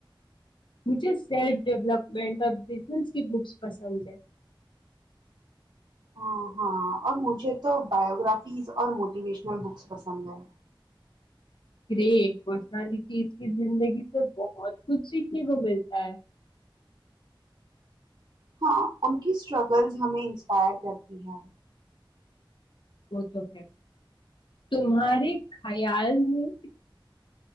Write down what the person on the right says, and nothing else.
ہاں ہاں اور مجھے تو بایوگرافیز اور موٹیویشنل بکس پسند ہے
ہاں ان کی اسٹرگلز ہمیں انسپائر کرتی ہیں